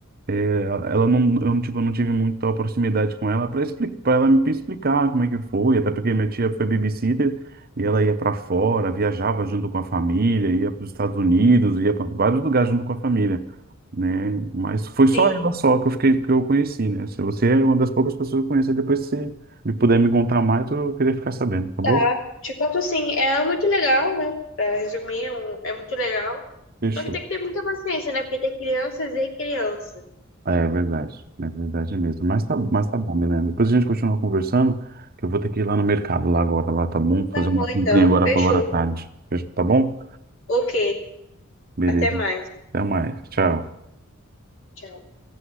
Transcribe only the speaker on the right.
ela, ela não, eu, não, tipo, eu não tive muita proximidade com ela para explicar, para ela me explicar como é que foi, até porque minha tia foi babysitter e ela ia para fora, viajava junto com a família, ia para os Estados Unidos, ia para vários lugares junto com a família, né? Mas foi só
ela só que eu fiquei, que eu conheci, né? Se Você é uma das poucas pessoas que eu conheci. Depois, se me puder me contar mais, eu queria ficar sabendo, tá bom?
Fechou.
É verdade, é verdade mesmo. Mas tá, mas tá bom, Milena. Depois a gente continua conversando, que eu vou ter que ir lá no mercado lá agora, lá tá bom?
Fazer uma
comprinha
agora
para agora à tarde. Tá bom?
Beleza.
Até mais. Tchau.